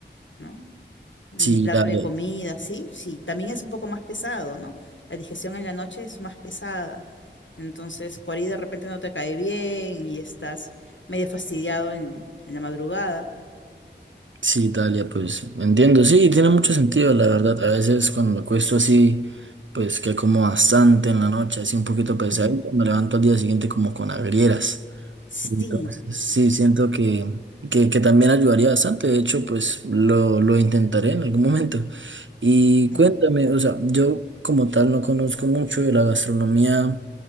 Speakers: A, on the left; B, on the right.
A: ¿no? Un
B: Sí,
A: plato
B: Italia,
A: de comida, sí, sí, también es un poco más pesado, ¿no? La digestión en la noche es más pesada. Entonces, por ahí de repente no te cae bien y estás medio fastidiado en, en la madrugada.
B: sí, Italia, pues entiendo, sí, tiene mucho sentido, la verdad. A veces cuando me acuesto así, pues que como bastante en la noche, así un poquito pesadito,
A: Ujú.
B: me levanto al día siguiente como con agrieras.
A: Sí,
B: Entonces, sí, siento que, que, que también ayudaría bastante. De hecho, pues lo, lo intentaré en algún momento. Y
A: claro.
B: cuéntame, o sea, yo como tal no conozco mucho de la gastronomía